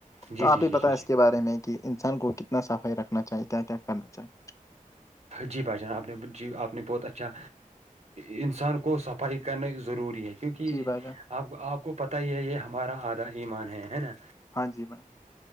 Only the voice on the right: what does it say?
جی،
جی، جی،
جی،
جی،
جی بھائی جان آپ نے جی آپ نے بہت اچھا انسان کو صفائی کرنا ضروری ہے کیونکہ
آپ آپ کو پتا ہی ہے یہ ہمارا آدھا ایمان ہے ہے نا